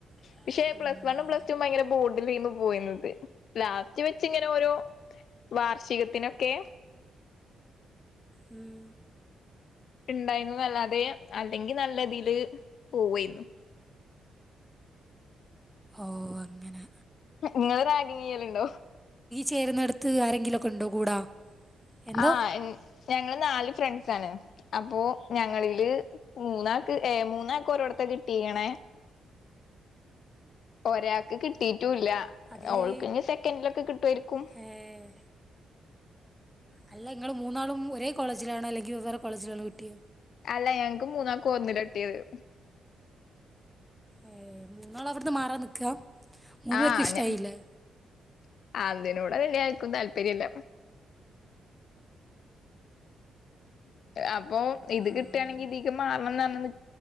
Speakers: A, in the centre; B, on the left.
A: ആഹ്
B: പക്ഷെ പ്ലസ് വണ്ൺും പ്ലസ് ടു ഭയങ്കര ബോർഡിൽ പോയുന്നത് ലാസ്റ്റ് വെച്ച്ിങ്ങനെ ഓരോ വാർഷികത്തിനൊക്കെ
A: ഉം
B: ഉണ്ടായിരുന്നു അല്ലാതെ അല്ലെങ്കിൽ നല്ല രതിൽ പോവായിരുന്നു
A: ഓ അങ്ങനെ
B: നിങ്ങള്ൾ റഗിങ് ചെയ്യലുണ്ടോ
A: ചേരുന്നടുത്ത് ആരെങ്കിലും ഒക്കെ ഉണ്ടോ കൂടാ എന്തോ
B: ആഹ് എഹ് ഞങ്ങെൾ നാല് ഫ്രണ്ട്സ് ആണ് അപ്പോ ഞങ്ങൾൽ മൂന്നാക്ക് ഏഹ് മൂന്നാക്ക് ഒരോട്ത്താ കിട്ടിക്ക്‌ണേ ഒരാൾക്ക് കിട്ടീട്ടുയില്ല
A: അതില്
B: ഓൾക്ക് ഇനി സെക്കന്റിലൊക്കെ കിട്ടുവായിരിക്കും
A: ഏഹ് അല്ല ഇങ്ങെൾ മൂന്നാളും ഒരേ കോളേജിലണോ അല്ലെങ്കി വെവ്വേറെ കോളേജിലണോ കിട്ടെ?
B: അല്ല ഞങ്ങെക്ക് മൂന്നാക്കും ഒന്നിലാ കിട്ടിയെത്.
A: ഏഹ് നിങ്ങള് അവിടുന്ന് മാറാൻ നിക്കാ മൂന്നു
B: ആഹ്
A: പേർക്കും ഇഷ്ടായില്ലേ
B: <unintelligible> അതിനൂടെ വെള്ളിയാഴ് <unintelligible> താല്പര്യല്ല. അപ്പൊ ഇത്
A: ആഹ്
B: കിട്ടേണങ്കി ഇതിക്ക് മാറണന്ന് പറഞ്ഞ് നി